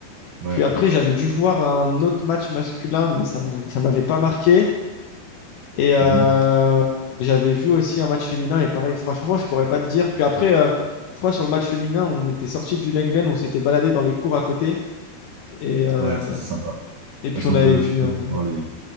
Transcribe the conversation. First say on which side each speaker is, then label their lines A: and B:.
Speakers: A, on the right (about 75°); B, on the left (about 70°).
A: Ouais.
B: Puis après, j'avais dû voir un autre match masculin, mais ça m'a- ça m'avait pas marqué. Et euh,
A: Mhm.
B: j'avais vu aussi un match féminin, et pareil, franchement, je pourrais pas te dire. Puis après, euh, je crois sur le match féminin, on était sorti du Lenglen, on s'était baladé dans les cours à côté, et, euh,
A: Ouais, ça c'est sympa.
B: et puis
A: Parce qu'on
B: on avait
A: peut,
B: vu.
A: tu peux
B: euh,
A: aller voir les,